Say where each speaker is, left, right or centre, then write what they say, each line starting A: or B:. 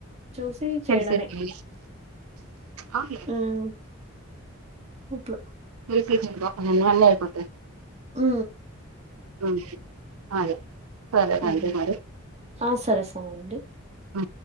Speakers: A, on the right; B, on the right.
A: చూసి చేయడమే
B: తెలుసండి అవునులే
A: మ్ అట్ల
B: <unintelligible> అన్ని అయిపోతాయి
A: మ్
B: మ్ హు అదే సరెనండి
A: ఉమ్
B: మరి
A: ఆ సరే సరే అండి
B: ఆ